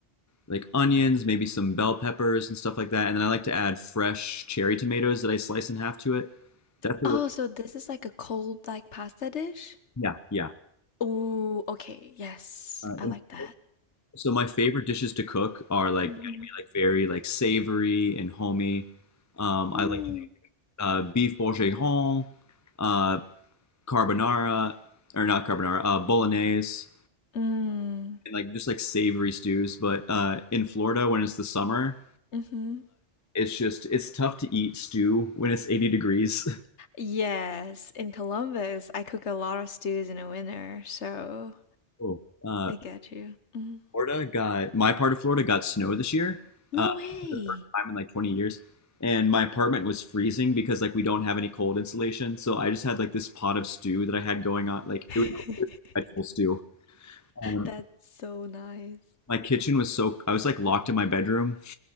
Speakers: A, on the left; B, on the left.
A: like onions, maybe some bell peppers and stuff like that, and then I like to add fresh cherry tomatoes that I slice in half to it. That's a
B: Oh,
A: really
B: so this is like a cold like pasta dish?
A: yeah yeah.
B: Ooh, okay. Yes,
A: Uh,
B: I
A: and
B: like that.
A: so my favorite dishes to cook are like
B: Mm-hmm.
A: gonna be like very like savory and homey. Um,
B: Mm.
A: I like to do uh, beef bourguignon, uh, carbonara or not carbonara, uh, bolognese.
B: Mm.
A: and like just like savory stews. But uh, in Florida, when it's the summer,
B: Mm-hmm.
A: it's just it's tough to eat stew when it's 80 degrees.
B: Yes, in Columbus, I cook a lot of stews in the winter, so
A: Oh. <laughs> Uh,
B: I get you. Mm.
A: Florida got my part of Florida got snow this year,
B: No
A: uh,
B: way.
A: for the first time in like 20 years, and my apartment was freezing because like we don't have any cold insulation. So I just had like this pot of stew that I had going on, like
B: <laughs>
A: it was vegetable stew. Um,
B: That's so nice.
A: my kitchen was so I was like locked in my bedroom